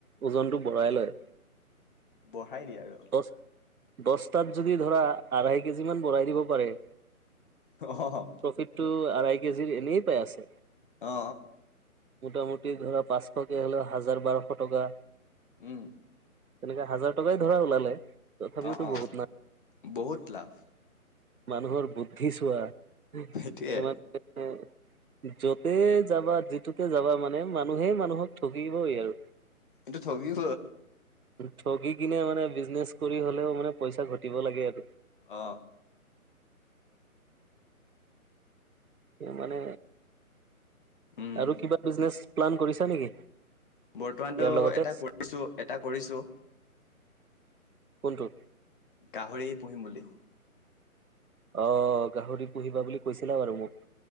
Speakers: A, on the right; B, on the left.
A: ওজনতটো বঢ়াই লয়
B: বঢ়াই দিয়ে আৰু
A: বছ বস্তাত যদি ধৰা আঢ়াই কেজিমান বৰাই দিব পাৰে
B: অ হ অ
A: প্ৰফিট টো আঢ়ৈ কেজিৰ এনেই পাই আছে
B: অ
A: মোটামুটি ধৰা পাঁচশকে হলে হাজাৰ, বাৰশ টকা
B: উম
A: তেনেকে হাজাৰ টকাই ধৰা ওলালে তথাপিওতো
B: অ অ
A: বহুত না
B: বহুত লাভ
A: মানুহৰ বুদ্ধি চোৱা ইমানে
B: সেইটোয়ে
A: যতেই যাবা যিটোতে যাবা মানে মানুহে মানুহক ঠগিবই আৰু
B: এইটো ঠগিবই
A: ঠগি কিনে মানে বিজনেচ কৰি হ'লেও মানে পইচা ঘটিব লাগে আৰু
B: অ
A: মানে
B: উম
A: আৰু কিবা বিজনেছ প্লান কৰিছা নেকি?
B: বৰ্তমানতো
A: ইয়াৰ লগতে
B: এটা কৰিছো এটা কৰিছো
A: কোনটো
B: গাহৰি পুহিম বুলি
A: অ গাহৰি পুহিবা বুলি কৈছিলা বাৰু মোক